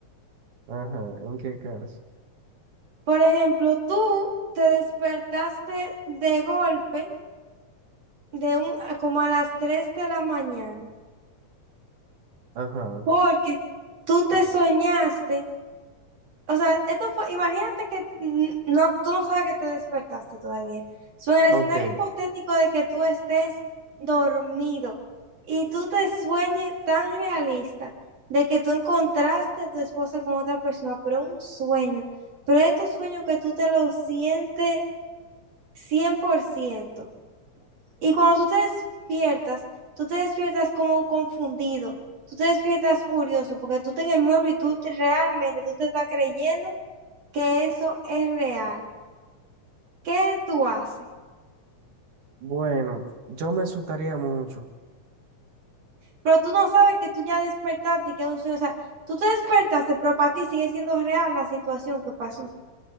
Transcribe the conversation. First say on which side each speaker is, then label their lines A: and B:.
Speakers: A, on the right; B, on the right.
A: Ajá, ¿en qué caso?
B: Por ejemplo, tú te despertaste de golpe de un, como a las 3 de la mañana,
A: Ajá,
B: porque tú te soñaste, o sea, esto fue, imagínate que mm, no, tú no sabes que te despertaste todavía. So, en el
A: ok.
B: escenario hipotético de que tú estés dormido y tú te sueñes tan realista de que tú encontraste a tu esposa con otra persona, pero un sueño, pero es tu sueño que tú te lo sientes cien por ciento Y cuando tú te despiertas, tú te despiertas como confundido, tú te despiertas furioso, porque tú estás en el mueble y tú te- realmente tú te estás creyendo que eso es real. ¿Qué tú haces?
A: Bueno, yo me asustaría mucho. O
B: Pero tú no sabes que tú ya despertaste y que es un sueño. O sea, tú te despertaste, pero para ti sigue siendo real la situación que pasó.